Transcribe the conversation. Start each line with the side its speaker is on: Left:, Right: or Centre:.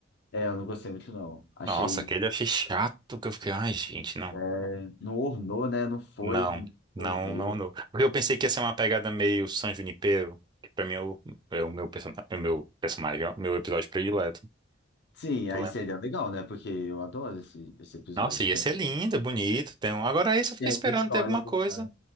Left: É, eu não gostei muito, não. Achei,
Right: Nossa, aquele eu achei chato, que eu fiquei, ai, gente, não.
Left: é, não ornou, né? Não foi,
Right: Não,
Left: não
Right: não,
Left: envolveu.
Right: não, não. Porque eu pensei que ia ser uma pegada meio San Junipero, que pra mim é o, é o meu, person... é o meu personagem, é o meu episódio predileto.
Left: Sim,
Right: Tu
Left: aí
Right: lembra?
Left: seria legal, né? Porque eu adoro esse, esse episódio,
Right: Nossa, ia
Left: que
Right: ser
Left: é-
Right: lindo, bonito. Tem um... Agora esse eu fiquei
Left: tem alguma
Right: esperando
Left: história
Right: ter alguma
Left: por
Right: coisa.
Left: trás.